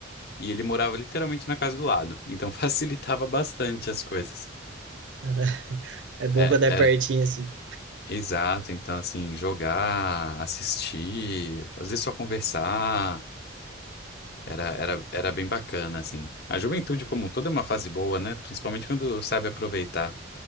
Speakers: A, on the left; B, on the right.
A: e ele morava literalmente na casa do lado, então <laughs> facilitava bastante as coisas.
B: <laughs> É bom
A: É,
B: quando é
A: é,
B: pertinho, assim.
A: exato, então assim, jogar, assistir, às vezes só conversar, era, era, era bem bacana, assim. A juventude como um todo é uma fase boa, né? Principalmente quando sabe aproveitar.